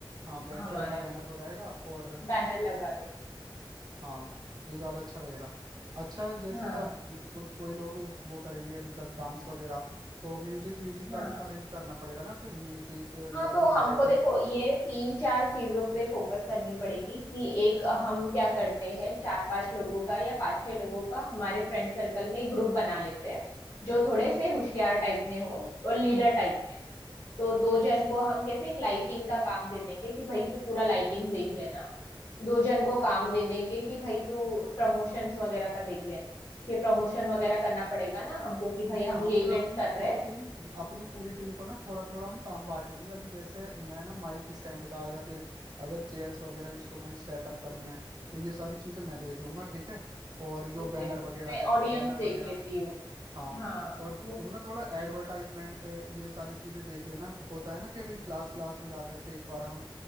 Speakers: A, on the right; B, on the left.
A: हाँ बैक
B: हमारा
A: साइड में बैनर हो जाएगा और
B: बैनर लगा देंगे
A: हाँ ये ज्यादा अच्छा रहेगा अच्छा जैसे
B: हाँ
A: अब कुछ कोई लोग वो करेंगे मतलब डांस वगैरह तो म्यूजिक व्यूजिक का
B: हाँ
A: भी तो अरेंज करना पड़ेगा ना फिर म्यूजिक
B: हाँ
A: या
B: तो
A: फिर लाइटिंग
B: हमको देखो ये तीन चार चीजों पे फोकस करनी पड़ेगी कि एक हम क्या करते हैं चार पांच लोगों का या पांच छह लोगों का हमारे फ्रेंड सर्कल में एक ग्रुप बना लेते हैं जो थोड़े से होशियार टाइप में हो और लीडर टाइप में तो दो
A: अच्छा
B: जन को हम कैसे एक लाइटिंग का काम दे देंगे कि भाई तू पूरा लाइटिंग देख लेना दो जन को काम दे देंगे कि भाई तू प्रमोशंस वगैरह का देख लेना कि प्रमोशन वगैरह करना पड़ेगा ना हमको कि भाई हम
A: हाँ
B: ये
A: मतलब
B: इवेंट
A: अपनी
B: कर
A: पूरी
B: रहे हैं
A: टीम अपनी पूरी टीम को ना थोड़ा थोड़ा हम काम बांट देंगे अभी जैसे मैं ना माइक स्टैंड का या फिर अगर चेयर्स वगैरह इंस्ट्रूमेंट सेटअप करने हैं तो ये सारी चीजें मैं देख लूंगा ठीक है और
B: ठीक
A: जो बैनर
B: है
A: वगैरह
B: मैं
A: है
B: ऑडियंस
A: बैनर
B: देख
A: वगैरह
B: लेती हूँ
A: हाँ
B: हाँ
A: और तुम
B: वो
A: ना थोड़ा एडवर्टाइजमेंट ये सारी चीजें देख लेना होता है ना कि भाई क्लास क्लास में जा करके एक बार हम